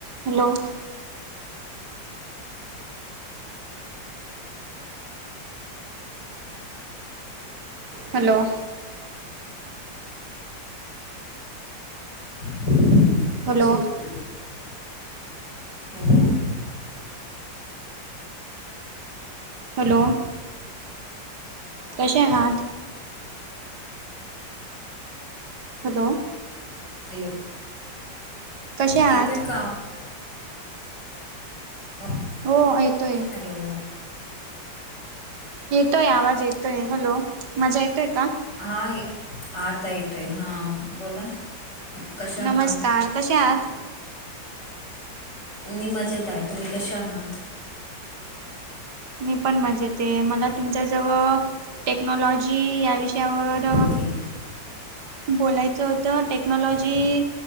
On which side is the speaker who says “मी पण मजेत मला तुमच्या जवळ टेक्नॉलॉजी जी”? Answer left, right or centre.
Right